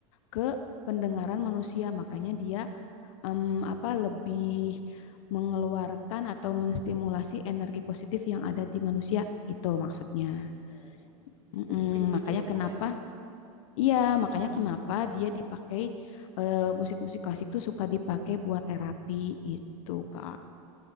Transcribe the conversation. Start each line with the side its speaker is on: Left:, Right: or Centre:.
Left: ke pendengaran manusia, makanya dia em, apa lebih mengeluarkan atau menstimulasi energi positif yang ada di manusia gitu maksudnya.
Right: Mau iya
Left: Mm-mm,
Right: mungkin itu
Left: makanya
Right: juga
Left: kenapa?
Right: makanya
Left: Iya,
Right: sih
Left: makanya kenapa dia dipakai eh, musik-musik klasik tuh suka dipakai buat terapi gitu, Kak.